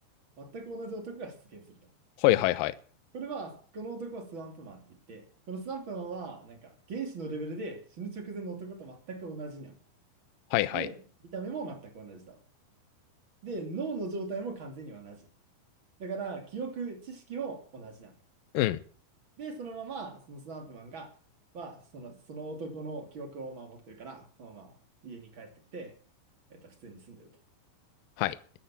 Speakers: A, on the right (about 30°); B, on the left (about 80°).
A: 全く同じ男が出現すると。
B: はいはいはい。
A: これは、この男はスワンプマンって言って、このスワンプマンは、なんか、原子のレベルで死ぬ直前の男と全く同じになる。
B: はいはい。
A: で、見た目も全く同じと。で、脳の状態も完全に同じ。だから、記憶、知識も同じなの。
B: うん。
A: で、そのまま、そのスナンプマンが、は、その、その男の記憶をまあ持ってるから、そのまま家に帰ってって、えっと、普通に住んでると。
B: はい。